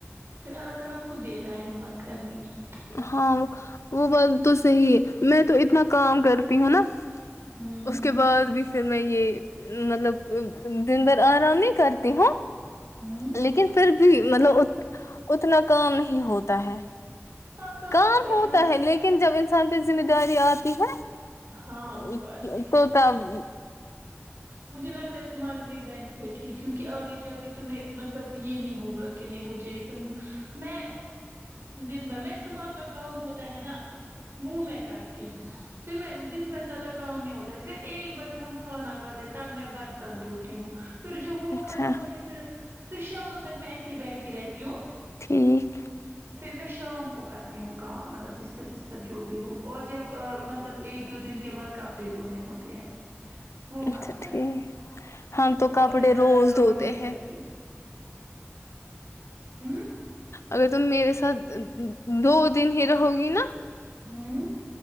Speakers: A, on the right; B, on the left.
A: پھر اللہ تعالی خود دیتا ہے ہمت کرنے کی
B: ہاں وہ بات تو صحیح ہے میں تو اتنا کام کرتی ہوں نا اس
A: ہوں
B: اس کے بعد بھی پھر میں یہ مطلب دن بھر آرام نہیں کرتی ہوں
A: ہوں
B: لیکن پھر بھی مطلب اتنا کام نہیں ہوتا ہے
A: ہاں
B: کام
A: تو
B: ہوتا
A: اتنا
B: ہے لیکن جب اس انسان پہ ذمہ داری آتی ہے
A: ہاں وہ بات بھی
B: تو
A: ہے
B: تب
A: مجھے لگتا ہے تمہارے لیے بینیفٹ ہی کیونکہ آگے جا کے تمھیں مطلب یہ نہیں ہوگا کہ نہیں مجھے میں دن بھر میں صبح کا کام ہوتا ہے نا وہ میں کرتی ہوں پھر میں دن بھر زیادہ کام نہیں ہوتا ہے پھر ایک بجے ہم کھانا کھا تے تب میں برتن دھوتی ہوں پھر جب وہ
B: اچھا
A: ختم ہو جائے پھر پھر شام تک میں ایسے ہی بیٹھی رہتی ہوں
B: ٹھیک
A: پھر میں شام کو کرتی ہوں کام مطلب بستر بستر جو بھی ہو اور جب ا مطلب ایک دو دن کے بعد کپڑے دھونے ہوتے ہیں وہ
B: اچھا
A: مسئلہ
B: ٹھیک
A: ہے
B: ہم تو
A: اور
B: کپڑے
A: میں زیادہ
B: روز
A: کام
B: دھوتے
A: نہیں
B: ہیں
A: کرتی ہوں ہوں
B: اگر تم میرے ساتھ دو دن ہی رہو گی نا
A: ہوں